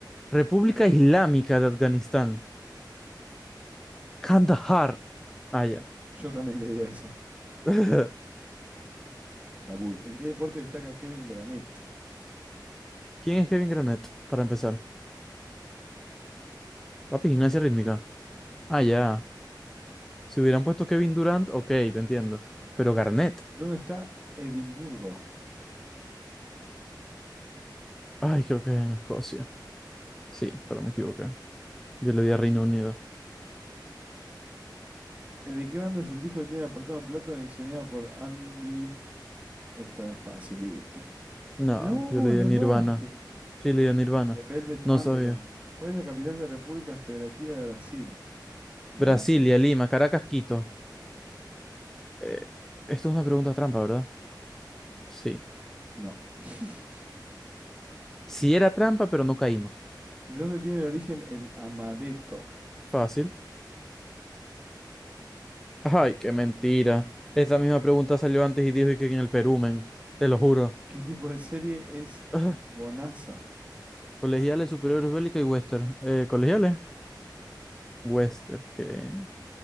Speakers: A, in the centre; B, on the right.
A: República Islámica de Afganistán. Kandahar. Ah, ya.
B: Yo también le di a esa.
A: <laughs>
B: Kabul. ¿En qué deporte destaca Kevin Granet?
A: ¿Quién es Kevin Granet? Para empezar. Papi, gimnasia rítmica. Ah, ya. Si hubieran puesto Kevin Durant, ok, te entiendo. Pero Garnett.
B: ¿Dónde está Edimburgo?
A: Ay, creo que es Escocia. Sí, pero me equivoqué. Yo le di a Reino Unido.
B: ¿Eh, ¿De qué banda es el disco que tiene apartado un plato adicionado por Andy? Esta la facilita.
A: No,
B: No,
A: yo le di
B: le
A: a Nirvana.
B: erraste.
A: Sí, le di a Nirvana.
B: De Velvet
A: No
B: Underground.
A: sabía.
B: ¿Cuál es la capital de República Federativa de Brasil? Y
A: Brasilia,
B: Apes.
A: Lima, Caracas, Quito. Eh, esto es una pregunta trampa, ¿verdad? Sí.
B: No. <laughs>
A: Sí era trampa, pero no caímos.
B: ¿De dónde tiene el origen el amaretto?
A: Fácil. Ay, qué mentira. Esta misma pregunta salió antes y dijo que en el Perú, men. Te lo juro.
B: ¿Qué tipo de serie es
A: Ah,
B: Bonanza?
A: colegiales, superiores, bélica y western. Eh, colegiales. Western, ¿qué?